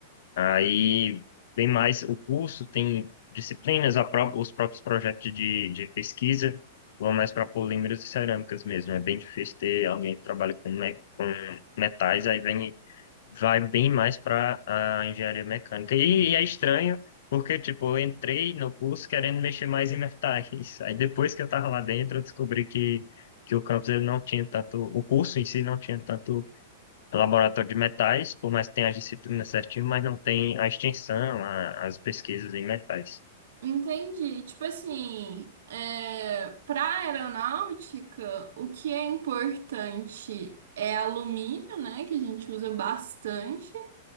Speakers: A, on the left; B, on the right.
A: Aí vem mais o curso, tem disciplinas, a pró- os próprios projetos de, de pesquisa vão mais para polímeros e cerâmicas mesmo. É bem difícil ter alguém que trabalha com, me- com metais, aí vem, vai bem mais para a engenharia mecânica. E, e é estranho, porque tipo, eu entrei no curso querendo mexer mais em metais. Aí depois que eu estava lá dentro, eu descobri que, que o campus ele não tinha tanto, o curso em si não tinha tanto é um laboratório de metais, por mais que tenha as disciplinas certinho, mas não tem a extensão, a- as pesquisas em metais.
B: Entendi. Tipo assim, é, para aeronáutica, o que é importante é alumínio, né, que a gente usa bastante.